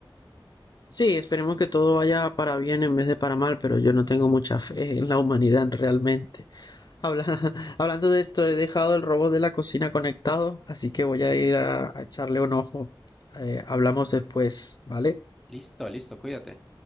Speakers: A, on the left; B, in the centre.
A: Sí, esperemos que todo vaya para bien en vez de para mal, pero yo no tengo mucha fe en la humanidad realmente. Habla- <laughs> hablando de esto, he dejado el robot de la cocina conectado, así que voy a ir a, a echarle un ojo. Eh, hablamos después, ¿vale?
B: Listo, listo, cuídate.